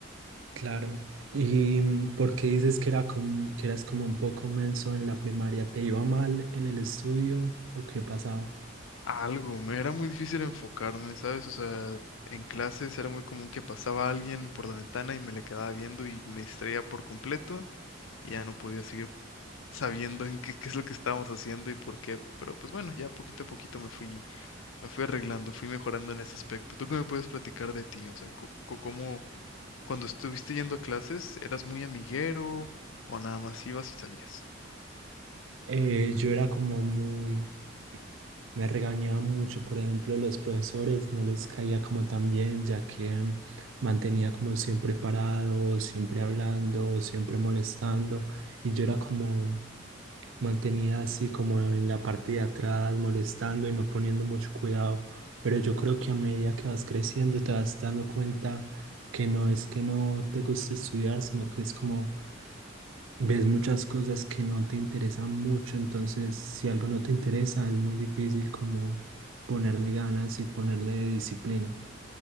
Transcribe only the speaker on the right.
Claro. ¿Y mm, por qué dices que era como, que eras como un poco menso en la primaria? ¿Te iba mal en el estudio o qué pasaba?
Eh, yo era como muy, Me regañaba mucho, por ejemplo, los profesores, no les caía como tan bien, ya que mm, mantenía como siempre parado, siempre hablando, siempre molestando, y yo era como, mantenía así como en la parte de atrás, molestando y no poniendo mucho cuidado, pero yo creo que a medida que vas creciendo te vas dando cuenta que no es que no te guste estudiar, sino que es como ves muchas cosas que no te interesan mucho, entonces si algo no te interesa es muy difícil como ponerle ganas y ponerle disciplina.